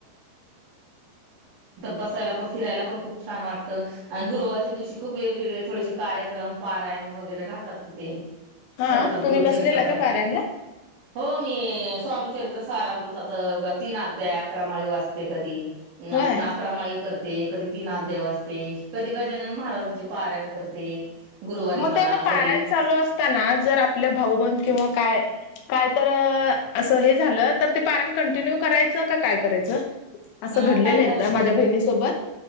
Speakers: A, on the right; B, on the left.
A: ब फिरायला पण खूप छान वात आणि गुरुवारच्या दिवशी खूप वेगवेगळे थोडेसे कार्यक्रम पारायण वगैरे पत ते
B: हा
A: करतात गुरुचरित्राचा
B: तुम्ही बसलेला का पारायणला
A: हो मी स्वामीचरित्र सारामृत तीन अध्याय अक्रमाळी वाचते कधी
B: होय
A: पु्हा अक्रमाळी करते कधी तीनाथ देव असते कधी गजानन महाराजांचे पारायण करते गुरुवारी
B: मग
A: म्हणा
B: ते आता पाारयन
A: कधी
B: चालू असताना जर आपलं भाऊ बण किंवा काय काय तर असं हे झालं तर ते पारण कंटिन्यू करायचं का काय करायचं असं
A: अ
B: घडलेलं
A: काय झालं
B: एकदा
A: म्हणजे
B: माझ्या बहिणीसोबत